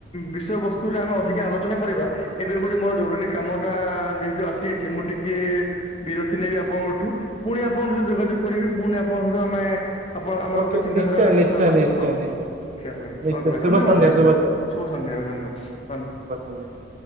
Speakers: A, on the left; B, on the right.
A: ବିଷୟ ବସ୍ତୁରେ ଆମେ ଅଧିକା ଆଲୋଚନା କରିବା ଏବେ ଗୋଟେ ମୋର ଜରୁରୀ କାମଟା ଯେହେତୁ ଆସିଯାଇଛି ମୁଁ ଟିକେ ବିରତି ନେବି ଆପଣଙ୍କଠୁ ପୁଣି ଆପଣଙ୍କ ସହିତ ଯୋଗାଯୋଗ କରିବି ପୁଣି ଆପଣଙ୍କ ସହିତ ଆମେ ଆପଣ ଆମର
B: ଓକେ
A: ଚିନ୍ତାଧାରା
B: ନିଶ୍ଚୟ
A: ଟା
B: ନିଶ୍ଚୟ
A: କଥା ହବା
B: ନିଶ୍ଚୟ
A: ହଁ ରଖିବା
B: ନିଶ୍ଚୟ
A: ପାଇଁ।
B: ନିଶ୍ଚୟ
A: ଧନ୍ୟବାଦ
B: ଶୁଭ ସନ୍ଧ୍ୟା
A: ଭାଇ
B: ଶୁଭ
A: ଶୁଭ ସନ୍ଧ୍ୟା ଭାଇ ଧନ୍ୟବାଦ ଧନ୍ୟବାଦ
B: ହୁଁ। <unintelligible>